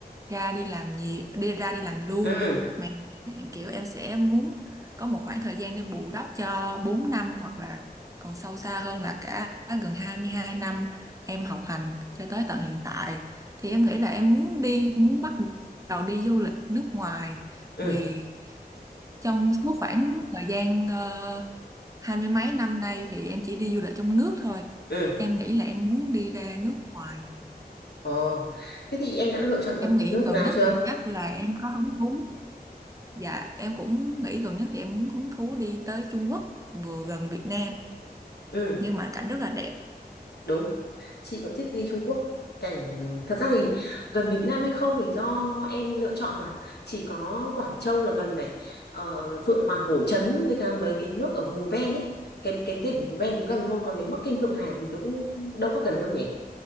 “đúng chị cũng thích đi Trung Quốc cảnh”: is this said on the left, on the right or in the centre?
Left